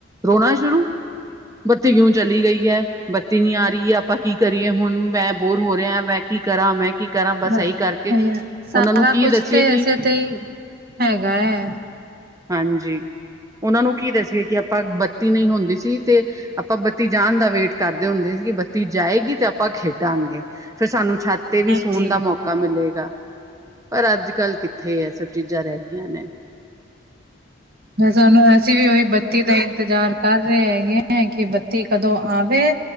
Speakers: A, on the right; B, on the right.
A: ਰੋਣਾ ਸ਼ੁਰੂ। ਬੱਤੀ ਕਿਉਂ ਚਲੀ ਗਈ ਹੈ, ਬੱਤੀ ਨੀ ਆ ਰਹੀ ਹੈ, ਆਪਾਂ ਕੀ ਕਰੀਏ ਹੁਣ, ਮੈਂ ਬੋਰ ਹੋ ਰਿਹਾ, ਮੈਂ। ਕੀ ਕਰਾਂ, ਮੈਂ ਕੀ। ਕਰਾਂ
B: ਬਸ
A: ਇਹੀ
B: ਸਹੀ
A: ਕਰਕੇ
B: ਹੈ, ਸਾਰਾ
A: ਉਹਨਾਂ ਨੂੰ ਕੀ
B: ਕੁਛ
A: ਦੱਸੀਏ
B: ਤੇ
A: ਕਿ
B: ਐਸੇ ਤੇ ਹੀ ਹੈਗਾ ਹੈ।
A: ਹਾਂਜੀ, ਉਹਨਾਂ ਨੂੰ ਕੀ ਦਸੀਏ ਕਿ ਆਪਾਂ, ਬੱਤੀ ਨਹੀਂ ਹੁੰਦੀ ਸੀ ਤੇ। ਆਪਾਂ ਬੱਤੀ ਜਾਣ ਦਾ ਵੇਟ ਕਰਦੇ ਹੁੰਦੇ ਸੀ ਕਿ ਬੱਤੀ ਜਾਏਗੀ ਤੇ ਆਪਾਂ ਖੇਡਾਂਗੇ, ਫੇਰ ਸਾਨੂੰ ਛੱਤ। ਤੇ ਵੀ
B: ਹਾਂਜੀ
A: ਸੌਣ ਦਾ ਮੌਕਾ ਮਿਲੇਗਾ ਪਰ ਅੱਜ- ਕੱਲ ਕਿੱਥੇ, ਇਹ ਸਭ ਚੀਜ਼ਾਂ ਰਹਿ ਗਈਆਂ ਨੇ।
B: ਬਸ ਹੁਣ ਅਸੀਂ ਵੀ ਉਹੀ ਬੱਤੀ ਦਾ ਇੰਤਜ਼ਾਰ ਕਰ ਰਹੇ ਹੈਗੇ ਹੈ, ਕਿ ਬੱਤੀ ਕਦੋਂ ਆਵੇ।